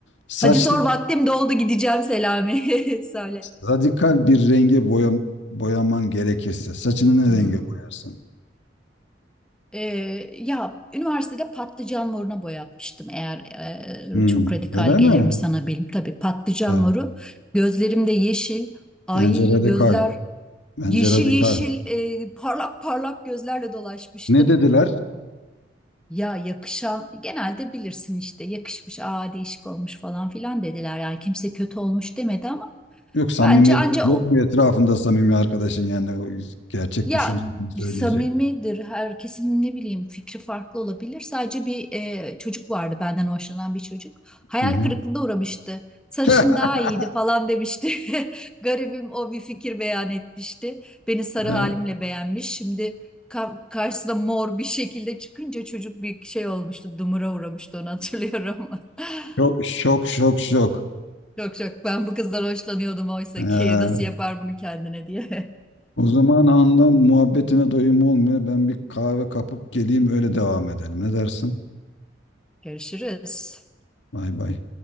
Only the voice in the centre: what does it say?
Hadi sor vaktim doldu gideceğim Selami. <laughs> Söyle.
Hmm.
Ee, ya üniversitede patlıcan moruna boyatmıştım. Eğer
e, çok radikal
gelir
mi sana bilim Tabii patlıcan
moru. gözlerimde yeşil. Ay
gözler
yeşil
yeşil e, parlak parlak gözlerle dolaşmıştım.
Ya yakışan genelde bilirsin işte yakışmış aa değişik olmuş falan filan dediler. Yani kimse kötü olmuş demedi ama
bence anca
o,
Ya
samimidir herkesin ne bileyim fikri farklı olabilir. Sadece bir e, çocuk vardı benden hoşlanan bir çocuk. Hayal
kırıklığına uğramıştı. Sarışın
daha iyiydi falan demişti. <laughs> Garibim o bir fikir beyan etmişti. Beni sarı
halimle beğenmiş. Şimdi ka- karşısına mor bir şekilde çıkınca çocuk bir şey olmuştu. Dumura uğramıştı onu hatırlıyorum. <laughs>
Çok çok ben bu kızdan hoşlanıyordum oysa
ki nasıl yapar bunu kendine diye.
<laughs> Görüşürüz.